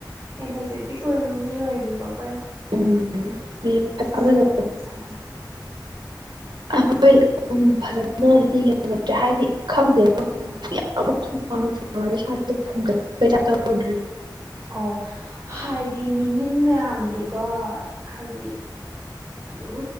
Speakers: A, on the right; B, on the right.
A: ꯑꯦꯅꯔꯖꯦꯇꯤꯛ ꯑꯣꯏꯕ ꯃꯤ ꯑꯣꯏꯔꯗꯤꯀꯣ ꯑꯩꯈꯣꯏꯅ
B: ꯎꯝ ꯐꯖꯅ
A: <unintelligible> ꯆꯥꯡꯒ
B: ꯑꯩꯈꯣꯏ ꯑꯗꯨꯝ ꯐꯖꯅ ꯍꯥꯏꯗꯤꯡꯉꯛꯇ꯭ꯔꯦ ꯍꯥꯏꯗꯤ
A: ꯎꯝ
B: ꯈꯪꯗꯦꯀ ꯁꯥ ꯁꯆ ꯑꯣꯔꯦ
A: ꯑꯣ ꯍꯥꯏꯗꯤ ꯃꯤꯃꯤꯟ ꯃꯌꯥꯝꯗꯨꯒ ꯍꯥꯏꯗꯤ ꯑꯗꯨꯝ